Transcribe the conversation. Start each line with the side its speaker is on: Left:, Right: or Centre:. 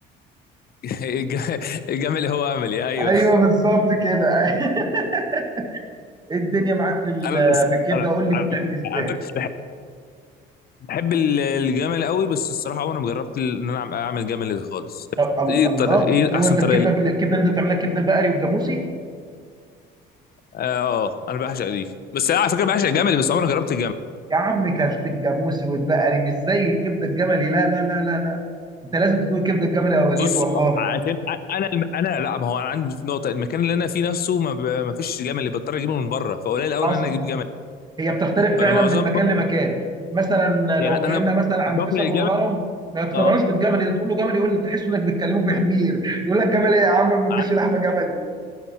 Left: <laughs> الجمل هو عملي ايوه
Right: ايوه بالظبط كده <laughs> ايه الدنيا معاك في ال-
Left: انا بس-
Right: في الكبده
Left: انا
Right: قول لي
Left: على
Right: بتتعمل ازاي
Left: فكرة بح- بحب ال- الجمل قوي بس الصراحه عمري ما جربت ال- ان انا أعم- اعمل جمل خالص
Right: طب ال-
Left: ايه الطريقه
Right: الله
Left: ايه
Right: ليه
Left: احسن
Right: هو انت
Left: طريقه
Right: الكبده
Left: ليه
Right: الكبده اللي انت بتعملها الكبده البقري والجاموسي
Left: اه آه، انا بعشق دي بس أنا على فكره بعشق الجمل بس عمري ما جربت الجمل
Right: يا عم كلت الجاموسي والبقري مش زي الكبده الجملي لا لا لا لا لا انت لازم تدوق كبده الجملي يا وليد
Left: بص
Right: والله
Left: عشان انا الم- انا لا ما هو انا عندي نقطه المكان اللي انا فيه نفسه ما, ب... ما فيش جمل اللي بضطر اجيبه من بره فقليل قوي
Right: حصل
Left: ان انا اجيب جمل
Right: هي بتختلف
Left: فانا
Right: فعلا
Left: معظم
Right: من مكان
Left: ب...
Right: لمكان مثلا
Left: يعني
Right: لو
Left: انا
Right: اتكلمنا مثلا عن
Left: باكل
Right: فيصل
Left: الجمل
Right: والهرم ما يقتنعوش
Left: اه
Right: بالجمل انت تقول له جمل يقول لك تحس انك بتكلمه في حمير يقول لك جمل ايه يا عم ما بياكلش
Left: ع-
Right: لحمه جملي